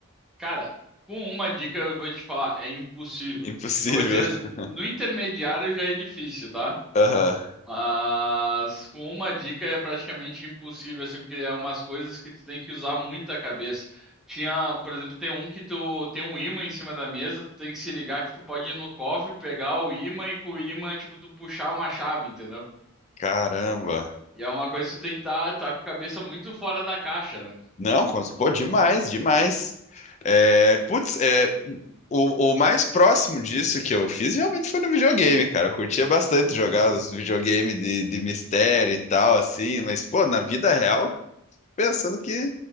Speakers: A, in the centre; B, on the left.
A: Cara, com uma dica eu vou te falar, é impossível.
B: Impossível.
A: Eu vou dizer,
B: <laughs>
A: no intermediário já é difícil, tá?
B: Aham.
A: Mas com uma dica é praticamente impossível, assim, porque é umas coisas que tu tem que usar muita cabeça. Tinha, por exemplo, tem um que tu tem um ímã em cima da mesa, tu tem que se ligar que tu pode ir no cofre, pegar o ímã e com o ímã, tipo, tu puxar uma chave, entendeu?
B: Caramba.
A: E é uma coisa que tu tem que estar tá, tá com a cabeça muito fora da caixa, né?
B: Não, cons- pô, demais, demais. É, putz, é, o, o mais próximo disso que eu fiz realmente foi no videogame, cara. Eu curtia bastante
A: <laughs>
B: jogar os videogames de, de mistério e tal, assim, mas, pô, na vida real. pensando que